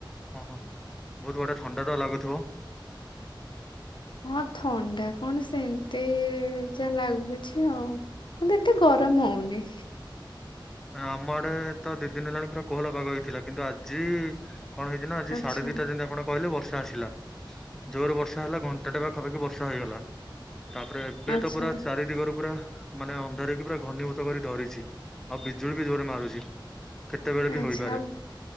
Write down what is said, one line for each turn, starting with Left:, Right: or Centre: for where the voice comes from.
Centre: ଓ ହଁ ବହୁତ ବଢିଆ ଥଣ୍ଡା ତ ଲାଗୁଥିବ?
Left: ହଁ ଥଣ୍ଡା କଣ ସେମିତି ଯା ଲାଗୁଛି ଆଉ। ମତେ ଏତେ ଗରମ ହୋଉନି।
Centre: ଆମ ଆଡେ ତ ଦି ଦିନ ହେଲାଣି ପୁରା କୋହଲା ପାଗ ହେଇଥିଲା କିନ୍ତୁ ଆଜି କଣ ହେଇଚି ନା ଆଜି
Left: ଆଚ୍ଛା
Centre: ସାଢେ ଦିଟା ତିନିଟା ଖଣ୍ଡେ କହିଲେ ବର୍ଷା ଆସିଲା ଜୋରରେ ବର୍ଷା ହେଲା ଘଣ୍ଟାଟା ପାଖାପାଖି ବର୍ଷା ହେଇଗଲା। ତାପରେ ଏବେ
Left: ଆଚ୍ଛା
Centre: ତ ପୁରା ଚାରି ଦିଗରୁ ପୁରା ମାନେ ଅନ୍ଧାରିକି ପୁରା ଘନୀଭୂତ କରି ଧରିଛି। ଆଉ ବିଜୁଳି ବି ଜୋରରେ ମାରୁଛି। କେତେବେଳେ ବି
Left: ଆଚ୍ଛା
Centre: ହୋଇପାରେ।